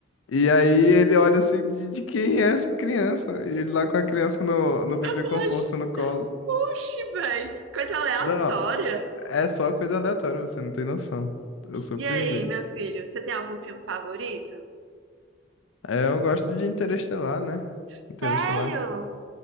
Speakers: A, on the left; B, on the right.
A: E aí ele olha assim, de, de quem é essa criança? E ele lá com a criança no, no bebê
B: Oxi,
A: conforto no colo.
B: oxi, velho. Que coisa aleatória.
A: Não, é só coisa aleatória, você não tem noção. Eu surpreendi.
B: E aí, meu filho, você tem algum filme favorito?
A: É, eu gosto de Interestelar, né?
B: Sério?
A: Interestelar.